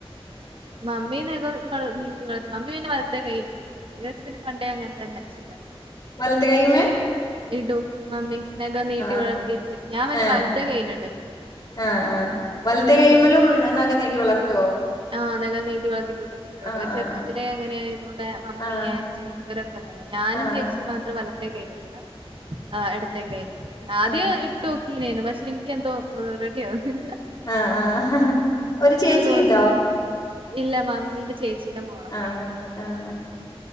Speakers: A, on the right (about 55°); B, on the left (about 40°).
A: മമ്മി നഖം വ നീട്ടി വളർത്തി മമ്മി പിന്നെ വലത്തെ കയ്യിലും ഇ ഇടും. ഇവരൊക്കെ പിന്നെ പണ്ടേ അങ്ങൻ തന്നെ ശീലാ
B: വലത്ത് കയ്യ്മ്മെ
A: ഇടു മമ്മി നഖം നീട്ടി
B: ആഹ്
A: വളർത്തിയിട്ട് ഞാൻ പിനെ
B: ഏഹ്
A: വലത്തെ കയ്യിലാഡേല്ല
B: ആഹ് ആഹ്, വലത്തെ കയ്യുമ്മലും നഖം നീട്ടി വളർത്തോ
A: ആഹ് നഖം നീട്ടി വളർത്തി ക്യൂട്ടെ ക്സൊക്കെടും.
B: ആഹ്
A: അവര് ചെർപ്പത്തിലേ അങ്ങനെയതുകൊണ്ട് മമ്മി
B: ആഹ്
A: ആൻറ്റി ഇവരൊക്കെ അങ്ങനെയ ഞാനും
B: ആഹ്
A: ചേച്ചി മാത്രം വലത് ത്തെ കയ്യിലിടൂല. ആഹ് എടത്തെ കയ്യില്. ആദ്യം
B: ആഹ്
A: ഇട്ടോ കീലേന്ന്. പക്ഷെ എനിക്കെന്തോ റെഡിയാവുന്നില്ല
B: ആഹ് ആഹ് ഒരു ചേച്ചി
A: തോന്നാ
B: ഇണ്ടോ
A: ഇല്ല മമ്മീന്റെ ചേച്ചിടെ മോളാ
B: ആണ്ട് ആഹ്